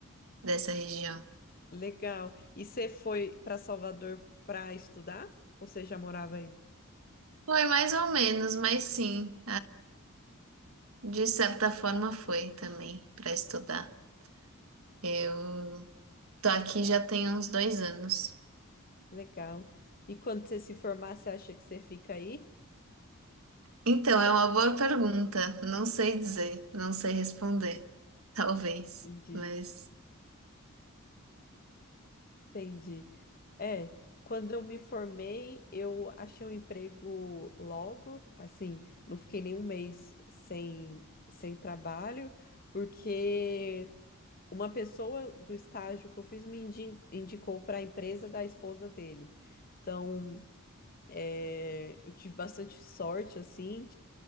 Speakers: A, on the right; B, on the left.
A: dessa região.
B: legal. E você foi para Salvador para estudar? Ou você já morava aí?
A: Foi mais ou menos, mas sim. De certa forma foi também para estudar. Eu tô aqui já tem uns dois anos.
B: Legal. E quando você se formar, você acha que você fica aí?
A: Então, é uma boa pergunta. Não sei dizer, não sei responder. Talvez,
B: Entendi.
A: mas.
B: Entendi. É, quando eu me formei, eu achei um emprego logo, assim, não fiquei nem um mês sem, sem trabalho, porque uma pessoa do estágio que eu fiz me indi- indicou para a empresa da esposa dele. Então, é, eu tive bastante sorte, assim,